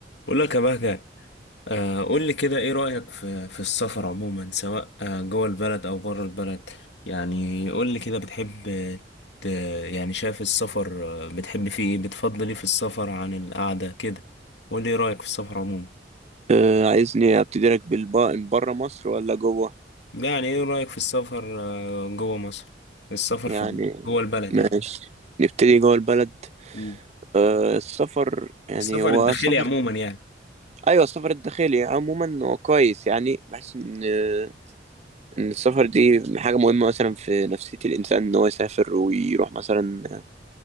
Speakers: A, on the left; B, on the right.
A: بقول لك يا بهجة آه، قول لي كده ايه رأيك في في السفر عموما سواء آه، جوه البلد او بره البلد يعني قول لي كده بتحب ت- يعني شايف السفر آه، بتحب فيه ايه بتفضل ايه في السفر عن القعدة كده قول لي ايه رأيك في السفر عموما
B: آه، عايزني ابتدي لك بالب- بره مصر ولا جوه
A: لا، يعني ايه رأيك في السفر آه، جوه مصر السفر
B: يعني
A: في جوه البلد
B: ماشي
A: يعني
B: نبتدي جوه البلد
A: مم.
B: آه، السفر يعني
A: السفر
B: هو
A: الداخلي
B: سفر
A: عموما يعني
B: ايوه السفر الداخلي عموما هو كويس يعني بحس ان آه، ان السفر دي حاجه مهمه مثلا في نفسيه الانسان ان هو يسافر ويروح مثلا